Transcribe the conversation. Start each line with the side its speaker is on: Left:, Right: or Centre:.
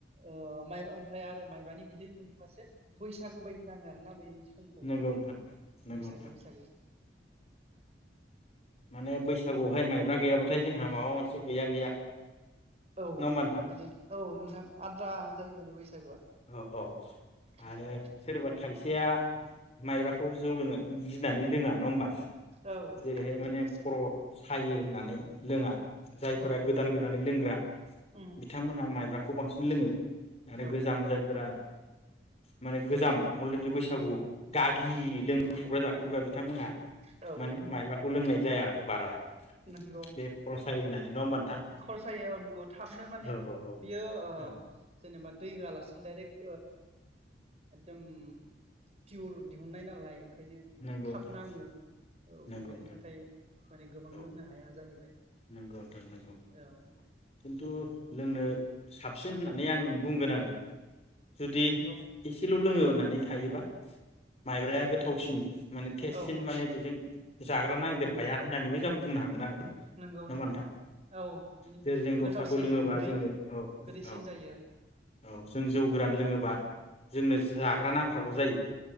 Right: ओ माइ माइब्रा ओमफ्राय आरो माइब्रानि बिदै मोनोबासो बैसागो बायदि नांङो आरोना बै समखौबो
Left: नोंगौ नोंथां नोंगौ
Right: बैसागो
Left: था
Right: बैसागो
Left: माने बैसागु बाय माइब्रा गैया बा थाय जोंहा माबा मोनसे गैया गैया
Right: औ
Left: नङा होमबा नोंथां
Right: माने औ नोंथां आद्रा जायो माने बैसागुआ
Left: औ औ आरो
Right: उम
Left: सोरबा खायसेया माइब्राखौ जौ लोंङो गिनानै लोंङा नमबा
Right: औ
Left: जेरै हाय
Right: नंगौ
Left: माने खर' सायो होननानै लोंङा। जायफोरा
Right: औ
Left: गोदान गोदानै लों ग्रा
Right: उम
Left: बिथां मोनहा माइब्रा खौ बांसिन लोंङो। आरो
Right: औ
Left: गोजाम जायफोरा माने गोजाम अलरेडि बैसागु गागि लोंख्रुबग्रा जाख्रुबग्रा बिद थांमोनहा
Right: औ
Left: माने माइब्रा खौ लोंनाय जाया आरो बारा
Right: नंगौ
Left: बे खर' सायो होननानै नङा होमबा नोंथां
Right: खर'सायो अ नंगौ थाबनो माने
Left: औ औ औ
Right: बियो ओ
Left: औ
Right: जेनेबा दै होआलासिनो दडायरेक्ट एकदम पियर दिहुननाय नालाय ओंखायनो
Left: नंगौ
Right: थाब
Left: नोंथां
Right: नांङो औ
Left: नंगौ
Right: बेनि
Left: नोंथां
Right: थाखाय माने गोबां
Left: औ
Right: लोंनो हाया जाहैबाय
Left: नंगौ ओनथां नंगौ
Right: औ
Left: खिन्थु लोंनो साबसिन होननानै आं बुंगोन आरो जुदि
Right: नंगौ
Left: इसेल' लोङो होननानै थायोबा माइब्राया गोथावसिन माने थेेजसिन
Right: औ
Left: माने बेजों जाग्रा नांदेर हाया होननानैबो जों बुंनो हागोन आरो
Right: नंगौ
Left: नङा होमबा
Right: नंगौ
Left: नोंथां
Right: औ बिनि
Left: जेरै जों दस्राखौ
Right: गोथावसिन
Left: लोङोबा
Right: गोदै
Left: जोंनो औ
Right: गोदैसिन
Left: औ
Right: जायो
Left: औ जों जौ गोरान लोङोबा जोंनो जाग्रा नांफागौ जायो